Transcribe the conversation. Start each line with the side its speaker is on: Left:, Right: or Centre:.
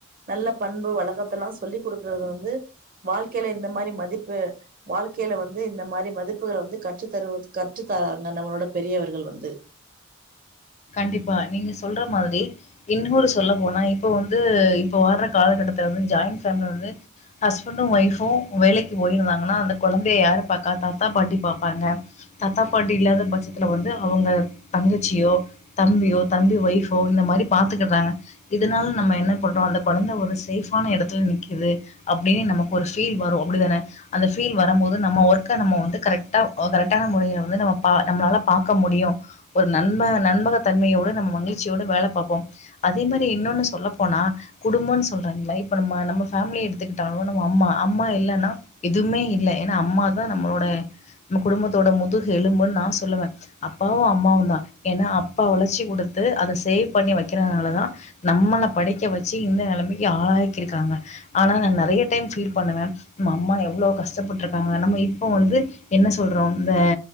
Right: நல்ல பண்பு வழக்கத்த எல்லா சொல்லி குடுக்குறத வந்து வாழ்க்கையில இந்த மாரி மதிப்பு வாழ்க்கையில வந்து இந்த மாரி மதிப்புகள வந்து கற்று தரு கற்று தராங்க நம்மளோட பெரியவர்கள் வந்து
Left: கண்டிப்பா நீங்க சொல்ற மாதிரி இன்னொரு சொல்ல போனா இப்ப வந்து இப்ப வர்ற காலகட்டத்துல வந்து ஜாயிண்ட் பேமிலியில வந்து ஹஸ்பண்டு ஓய்ஃபு வேலைக்கு போயிருந்தாங்கன்னா அந்த கொழந்தைய யாரு பாக்கா தாத்தா பாட்டி பாப்பாங்க தாத்தா பாட்டி இல்லாத பட்சத்தில வந்து அவங்க தங்கச்சியோ தம்பியோ தம்பி ஒய்ப்போ இந்த மாரி பாத்துக்குறாங்க இதனால நம்ம என்ன பண்றோ அந்த கொழந்தை ஒரு சேஃப்பான எடத்துல நிக்குது அப்டின்னு நமக்கு ஒரு ஃபீல் வரு அப்டி தனே அந்த ஃபீல் வரும்போது நம்ம ஒர்க்க நம்ம கரெக்டா கரெக்டான முறையில வந்து நம்ம நம்மளால பாக்க முடியு ஒரு நண்ப நண்பக தன்மையோடு நம்ம மகிழ்ச்சியோடு வேல பாப்போம் அதே மாரி இன்னொன்னு சொல்ல போனா குடும்போன்னு சொல்றாங்கிள்ள இப்ப நம்ம நம்ம பேம்லி எடுத்துக்கிட்டாலு நம்ம அம்மா அம்மா இல்லன்னா எதுமே இல்ல ஏன்னா அம்மாதா நம்மளோட நம்ம குடும்பத்தோட முதுகு எலும்புன்னு நா சொல்லுவ அப்பாவு அம்மாவுந்தா ஏன்னா அப் அப்பா ஒழச்சி குடுத்து அத சேவ் பண்ணி வெக்கறனாலதா நம்மள படிக்க வெச்சு இந்த நெலமைக்கு ஆளாக்கிருக்காங்க ஆனா நா நெறைய டைம் பீல் பண்ணுவ நம்ம அம்மா எவ்ளோ கஷ்டப்பட்டுருக்காங்க நம்ம இப்போ வந்து என்ன சொல்றோ இந்த